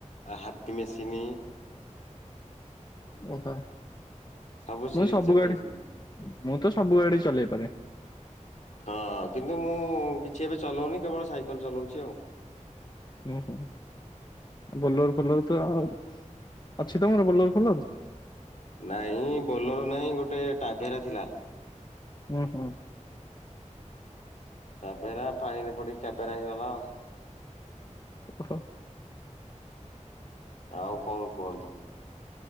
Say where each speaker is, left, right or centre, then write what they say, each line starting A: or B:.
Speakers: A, on the left; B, on the left.
A: ଆଉ ହାତୀ ମେସିିନି
B: ଓହୋ।
A: ସବୁ
B: ମୁଁ
A: ସିରି ଚକେଇ
B: ଗାଡି ମୁଁ ତ ସବୁ ଗାଡ଼ି ଚଲେଇ ପାରେ।
A: ହଁ କିନ୍ତୁ ମୁଁ କିଛି ଏବେ ଚଲଉନି କେବଳ ସାଇକେଲ ଚଲଉଚି ଆଉ।
B: ହୁଁ ହୁଁ। ବୋଲର ଫୋଲର ତ ଆଉ ଅଛି ତମର ବୋଲର ଫୋଲର?
A: ନାଇଁ ବୋଲର ନାହିଁ ଗୋଟେ ଟାଭେରା ଥିଲା।
B: ହୁଁ ହୁଁ।
A: ଟାଭେରା ପାଣିରେ ପଡିକି କାବେରା ହେଇଗଲା ଆଉ।
B: ଓହୋ।
A: ଆଉ କଣ କୁହନ୍ତୁ?